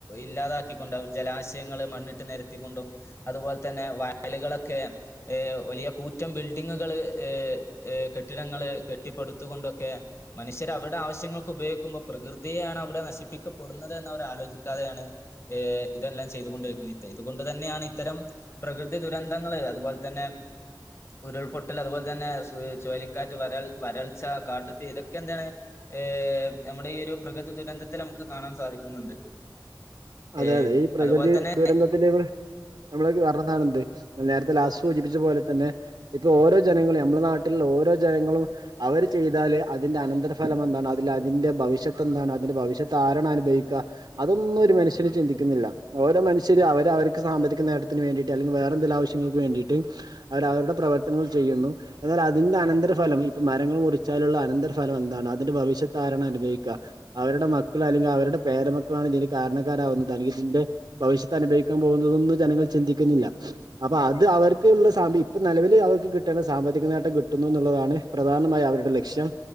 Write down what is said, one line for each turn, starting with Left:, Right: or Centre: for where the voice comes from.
Left: ഇല്ലാതാക്കിക്കൊണ്ട് അവര് ജലാശയങ്ങള് മണ്ണിട്ട് നിരത്തിക്കൊണ്ടും അതുപോലെ തന്നെ വയലുകളൊക്കെ ഏഹ് വലിയ കൂറ്റം ബിൽഡിങ്ങുകള് ഏഹ് ഏഹ് കെട്ടിടങ്ങള് കെട്ടിപ്പടുത്തുകൊണ്ടൊക്കെ, മനുഷ്യര് അവര്ടെ ആവശ്യങ്ങൾക്ക് ഉപയോഗിക്കുമ്പോൾ പ്രകൃതിയെയാണ് അവിടെ നശിപ്പിക്കപ്പെടുന്നതന്ന് അവര് ആലോചിക്കാതെയാണ് ഏഹ് ഇതെല്ലാം ചെയ്തുകൊണ്ട് <unintelligible> തയ് ഇത്കൊണ്ട് തന്നെ യാണ് ഇത്തരം പ്രകൃതി ദുരന്തങ്ങള് അതുപോൽ തന്നെ, ഉരുൾപൊട്ടല്, അതുപോലെ തന്നെ സു ചുയലിക്കാറ്റ്, വരൾ വരൾച്ച, കാട്ടു തീ ഇതൊക്കെ എന്താണ് ഏഹ് നമ്മുടെ ഈ ഒരു പ്രകൃതി ദുരന്തത്തില് നമുക്ക് കാണാൻ സാധിക്കുന്നുണ്ട്.
Right: അതെ
Left: ഏ,
Right: അതെ ഈ പ്രകൃതി
Left: അതുപോലെ തന്നെ
Right: ദുരന്തത്തിന്റെക്ക നമ്മളെക്ക വരണന്നാണന്ത് നേര്ത്തെ ലാസ്റ്റ് സൂചിപ്പിച്ച പോലെ തന്നെ ഇപ്പ ഓരോ ജനങ്ങളെ നമ്മുടെ നാട്ടില്ള്ള ഓരോ ജനങ്ങളും അവര് ചെയ്താല്, അതിന്റെ അനന്തര ഫലം എന്താണ് അതിൽ അതിന്റെ ഭവിഷ്യത്ത് എന്താണ്, അതിന്റെ ഭവിഷ്യത്ത് ആരാണനുഭവിക്ക അതൊന്നും ഒരു മനുഷ്യ ര് ചിന്തിക്ക്ന്നില്ല. ഓരോ മനുഷ്യര് അവര് അവര്ക്ക് സാമ്പത്തിക നേട്ടത്തിന് വേണ്ടിയിട്ട്, അല്ലെങ്കിൽ വേറെന്തേലും ആശ്യങ്ങൾക്ക് വേണ്ടിയിട്ട് അവര് അവരുടെ പ്രവർത്തനങ്ങൾ ചെയ്യുന്നു. എന്നാൽ അതിന്റെ അനന്തരഫലം ഇപ്പൊ മരങ്ങൾ മുറിച്ചാലുള്ള അനന്തര ഫലം എന്താണ് അതിന്റെ ഭവിഷ്യത്ത് ആരാണ് അനുഭവിക്ക, അവരുടെ മക്കള് അല്ലെങ്കിൽ അവരുടെ പേര മക്കളാണ് ഇതിന് കാര്ണ ക്കാരാവുന്നത്, അല്ലെങ്കി ഇതിന്റെ ഭവിഷ്യത്ത് അനുഭവിക്കാൻ പോകുന്നതൊന്നും ജനങ്ങൾ ചിന്തിക്കുന്നില്ല. അപ്പൊ അത് അവർക്ക്ള്ള സാമ്പി ഇപ്പ നെലവിൽ അവർക്ക് കിട്ടണ്ട സാമ്പത്തിക നേട്ടം കിട്ടുന്നു എന്നുള്ളതാണ് പ്രധാനമായി അവരുടെ ലക്ഷ്യം.